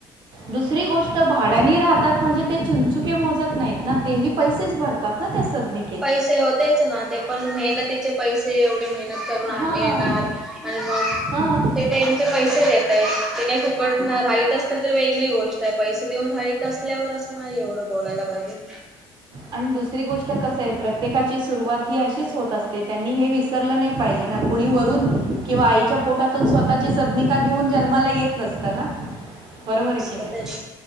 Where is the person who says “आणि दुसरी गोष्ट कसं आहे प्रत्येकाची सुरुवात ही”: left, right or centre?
Right